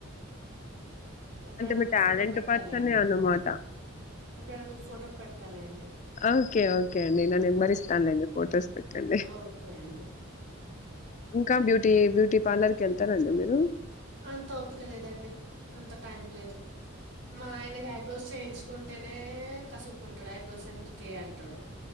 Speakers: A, on the right (about 60°); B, on the left (about 35°).
A: ఎప్పుడైనా
B: అంటే మీ
A: మీకు
B: టాలెంట్
A: ఫోటో పెడతాలేండి
B: పర్సన్ గది అన్నమాట
A: ఎప్పుడైనా మీకు ఫోటో పెడతాలేండి
B: ఓకే ఓకే అండి నా నెంబర్ ఇస్తానులేండి ఫొటోస్ పెట్టండి
A: ఓకే అండి
B: ఇంకా బ్యూ టీ బ్యూటీ పార్లర్ కెళ్తారంండి మీరు
A: అంత ఓపిక లేదండి అంత టైం లేదు మా ఆయనకి ఐబ్రోస్ చేయించుకుంటేనే కసురు కుంటడు ఐబ్రోస్ ఎందుకే అంటడు